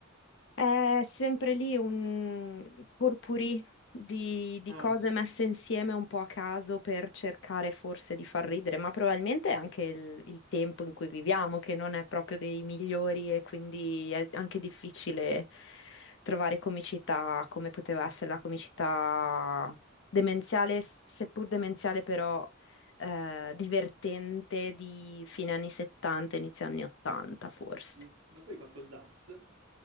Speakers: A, on the left; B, on the right.
A: È sempre lì un purpurì di, di
B: Eh.
A: cose messe insieme un po' a caso per cercare forse di far ridere, ma probabilmente è anche il, il tempo in cui viviamo, che non è proprio dei migliori e quindi è anche difficile trovare comicità come poteva essere la comicità demenziale, s- seppur demenziale però eh, divertente di fine anni 70, inizio anni 80 forse.
B: Mm. Ma poi hai fatto il dance?